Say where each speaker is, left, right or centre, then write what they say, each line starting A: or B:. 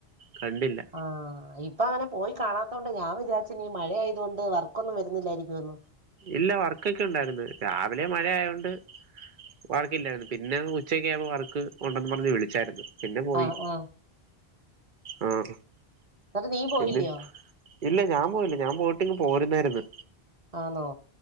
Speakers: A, on the right (about 55°); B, on the right (about 35°).
A: കണ്ടില്ല.
B: ആഹ ഇപ്പ അങ്ങനെ പോയി കാണാത്തത് കൊണ്ട് ഞാൻ വിചാരിച്ചീ മഴ ആയത് കൊണ്ട് വർക്കൊന്നും വരുന്നില്ലായിരിക്കുംന്ന്.
A: ഇല്ല വർക്കൊക്കെ ഉണ്ടായിരുന്നു. രാവിലെ മഴയൊണ്ട്. വർക്കില്ലായിരുന്നു പിന്നെ ഉച്ചക്ക് ആകുമ്പോൾ വർക്ക് ഉണ്ടെന്ന് പറഞ്ഞ് വിളിച്ചായിരുന്നു. പിന്നെ പോയി
B: ആഹ് ആഹ്
A: ആഹ
B: എന്നിട്ട് നീ പോയില്ലയോ
A: പിന്നെ. ഇല്ല ഞാൻ പോയില്ല ഞാൻ പോയിട്ടിങ് പോരുന്നായിരുന്നു.
B: ആന്നോ